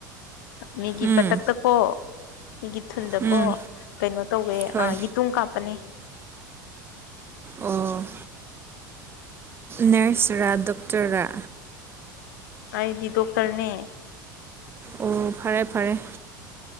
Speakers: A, on the left (about 75°); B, on the right (about 20°).
A: ꯃꯤꯒꯤ
B: ꯎꯝ
A: ꯕꯇꯛꯇꯀꯣ ꯃꯤꯒꯤ ꯊꯨꯟꯗꯀꯣ
B: ꯎꯝ
A: ꯀꯩꯅꯣ ꯇꯧꯋꯦ
B: ꯍꯣꯏ
A: ꯑ ꯌꯦꯇꯨꯝ ꯀꯥꯞꯄꯅꯤ
B: ꯑꯣ ꯅꯔꯁꯔꯥ ꯗꯣꯛꯇꯔꯥ
A: ꯑꯩꯗꯤ ꯗꯣꯛꯇꯔꯅꯦ
B: ꯑꯣ ꯐꯔꯦ ꯐꯔꯦ